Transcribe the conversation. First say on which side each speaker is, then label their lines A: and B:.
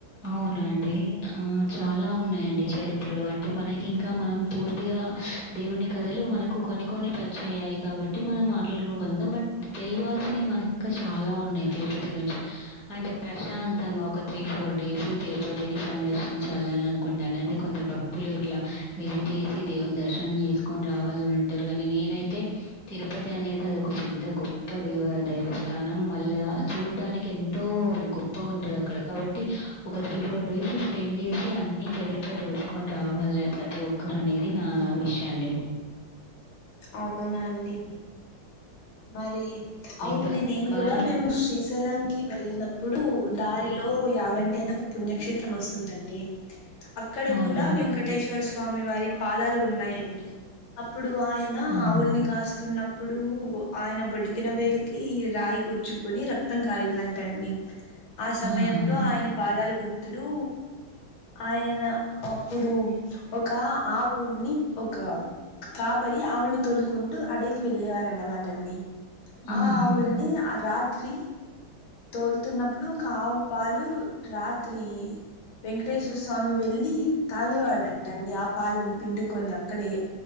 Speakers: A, on the left; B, on the left.
A: అవునా అండి ఆ చాలా ఉన్నాయండి చరిత్రలో అంటే మనకి ఇంకా మనం పూర్తిగా దేవుని కథలు మనకు కొన్ని కొన్ని టచ్ అయ్యాయి కాబట్టి మనం మాట్లాడుకోగలుగుతాం బట్ తెలువాల్సినవి మనకి ఇంకా చాలా ఉన్నాయి తిరుపతి గురించి అంటే ప్రశాంతంగా ఒక త్రీ ఫోర్ డేస్ తిరుపతిని సందర్శించాలిని అనుకుంటా అంటే కొందరు భక్తులు ఇట్లా విజిట్ చేసి దే దర్శనం చేసుకొని రావాలని అంటారు కానీ నేనైతే తిరుపతి అనేది అది ఒక పెద్ద గొప్ప దేవ దైవస్థానం మళ్ళా చూడ్డానికి ఎంతో గొప్పగా ఉంటది అక్కడ కాబట్టి ఒక త్రీ ఫోర్ డేస్ స్పెండ్ చేసి అన్ని చరిత్ర తెలుసుకొని రావాలి ప్రతి ఒక్కరు అని ఇది నా విష్ అండి
B: అవునండి మరి అవునండి
A: భ
B: నేను
A: భారత్
B: కూడా మేము శ్రీశైలం కి వెళ్ళినప్పుడు దారిలో ఓ యాగంటి అని ఒక పుణ్యక్షేత్రం వస్తుందండి అక్కడ
A: అవునా?
B: కూడా వెంకటేశ్వర స్వామి స్వామి వారి పాదాలు ఉన్నాయండి అప్పుడు ఆయన
A: అవును.
B: ఆవుల్ని కాస్తున్న అప్పుడు ఆయన బొటికిన వేలుకి రాయి కుచ్చుకుని రక్తం కారిందంటండి ఆ సమయంలో
A: ఆహా!
B: ఆయన పాదాలు గుర్తులు ఆయన అప్పుడు ఒక ఆ ఊని ఒక కాపరి ఆవుల్ని తోలుకుంటూ అడవికి వెళ్ళే వారంట టండి ఆ
A: ఆహా!
B: ఆవుల్ని ఆ రాత్రి తోలుతున్నప్పుడు ఒక ఆవు పాలు రాత్రి వెంకటేశ్వర స్వామి వెళ్లి తాగేవాడంటండి ఆ పాలని పిండుకొని అక్కడే